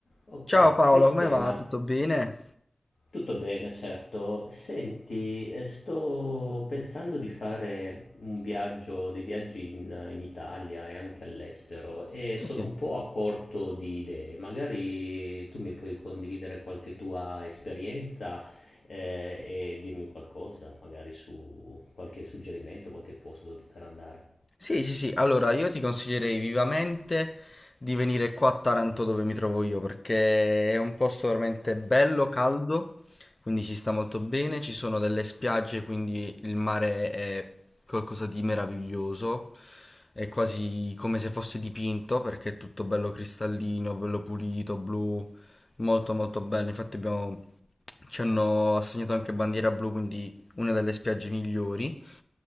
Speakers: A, on the left; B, on the left.
A: Ok,
B: Ciao Paolo,
A: Cristian,
B: come va? Tutto bene?
A: tutto bene, certo. Senti, eh, sto pensando di fare un viaggio, dei viaggi in, in Italia e anche all'estero e
B: Sì,
A: sono
B: sì.
A: un po' a corto di idee. Magari tu mi puoi condividere qualche tua esperienza, eh, e dirmi qualcosa, magari su qualche suggerimento, qualche posto dove poter andare.
B: Sì, sì, sì, allora io ti consiglierei vivamente di venire qua a Taranto dove mi trovo io perché è un posto veramente bello, caldo, quindi si sta molto bene, ci sono delle spiagge, quindi il mare è qualcosa di meraviglioso, è quasi come se fosse dipinto perché è tutto bello cristallino, bello pulito, blu, molto molto bello, infatti abbiamo Ci hanno assegnato anche bandiera blu, quindi una delle spiagge migliori.